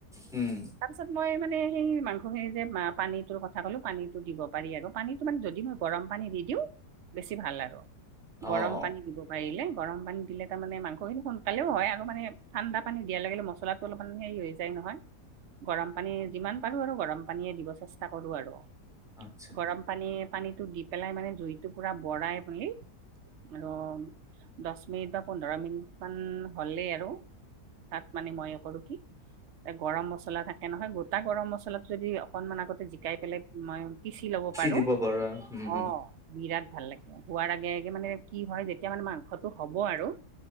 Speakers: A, in the centre; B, on the right.
A: উম।
B: তাৰ পিছত মই মানে সেই মাংসখিনি যে পানীটোৰ কথা ক'লো পানীতটো দিব পাৰি আৰু। পানীটো মানে যদি মই গৰম পানী দি দিওঁ। বেছি ভাল আৰু
A: অ',
B: গৰম পানী দিব পাৰিলে গৰম পানী দিলে তাৰমানে মাংস খিনি সোনকালেও হয় আ- আৰু মানে ঠাণ্ডা পানী দিয়াৰ লগে লগে মছলাটো অলপমান হেৰি হৈ যায় নহয়। গৰম পানী যিমান পাৰো আৰু গৰম পানীয়ে দিব চেষ্টা কৰো আৰু।
A: আত্চ্ছা।
B: গৰম পানী পানীতটো দি পেলাই মানে জুইতটো পুৰা বৰাই মেলি আৰম- দছ মিনিট বা পোন্ধৰ মিনিট মান হ'লেই আৰু তাত মানে মই কৰো কি এ গৰম মছলা থাকে নহয় গোটা গৰম মছলাটো যদি অক- অকনমান আগতে জিকাই পেলাই মই পিচি ল'ব পাৰো,
A: দিব পাৰা, উম, উম,
B: অ। বিৰাট ভাল লাগে হোৱাৰ আগে আগে মানে কি হয় যেতিয়া মানে মাংসটো হ'ব আৰু।